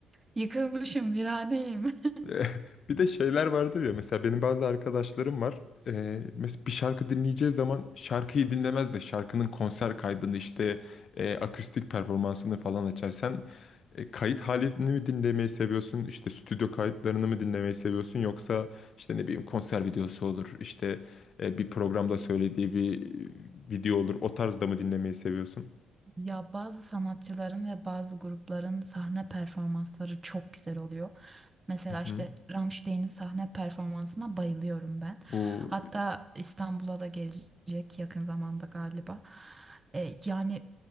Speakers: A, on the right; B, on the left.
A: yıkılmışım, viraneyim. <laughs>
B: <laughs> Eh, Bir de şeyler vardır ya mesela benim bazı arkadaşlarım var. Ee, mesela bir şarkı dinleyeceği zaman şarkıyı dinlemez de şarkının konser kaydını işte e, akustik performansını falan açar. Sen e, kayıt halini mi dinlemeyi seviyorsun? işte stüdyo kayıtlarını mı dinlemeyi seviyorsun? Yoksa işte ne bileyim konser videosu olur. işte e, bir programda söylediği bir e, video olur. O tarzda mı dinlemeyi seviyorsun?
A: Ya bazı sanatçıların ve bazı grupların sahne performansları çok güzel oluyor. Mesela
B: Hı hı.
A: işte Rammstein'in sahne performansına bayılıyorum ben.
B: Bu
A: Hatta İstanbul'a da gelecek yakın zamanda galiba. E, yani